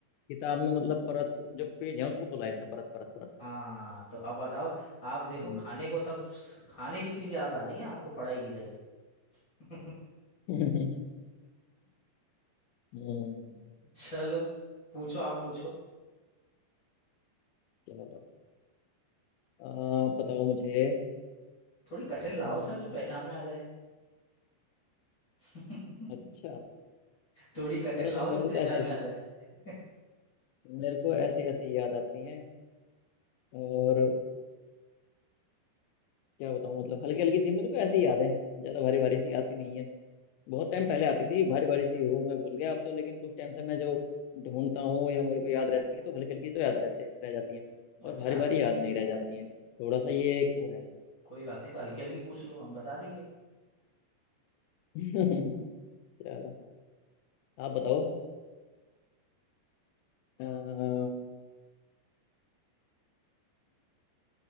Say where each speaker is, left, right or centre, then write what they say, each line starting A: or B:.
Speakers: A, on the left; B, on the left.
A: किताब में मतलब परत जो पेज है उसको बोला है इसने परत परत परत
B: हाँ तो अब बताओ आप देखो
A: हम्म
B: खाने को सब खाने की चीज याद आ रही है आपको पढ़ाई की जगह <laughs>
A: हम्म, हम्म,
B: चलो पूछो आप पूछो
A: चलो आप बताओ मुझे
B: थोड़ी कठिन लाओ
A: हम्म,
B: सर जो पहचान में आ जाए <laughs>
A: अच्छा
B: थोड़ी कठिन
A: अरे
B: लाओ
A: सर मेरे
B: जो पहचान
A: को तो ऐसे ऐसी
B: में आ जाए <laughs>
A: मेरे को ऐसी ऐसी याद आती हैं और क्या बताऊं मतलब हल्की हल्की सी मेरे को ऐसी याद है ज्यादा भारी भारी सी आती नहीं है बहुत टाइम पहले आती थी भारी भारी सी वो मैं भूल गया अब तो लेकिन कुछ टाइम से मैं जो ढूंढता हूँ या मेरे को याद रहती है तो हल्की हल्की तो याद रहते रह जाती है और
B: अच्छा
A: भारी भारी याद नहीं रह जाती है थोड़ा सा ये एक वो है
B: कोई बात नहीं तो हल्की हल्की पूछ लो हम बता देंगे
A: <laughs> चलो आप बताओ अ,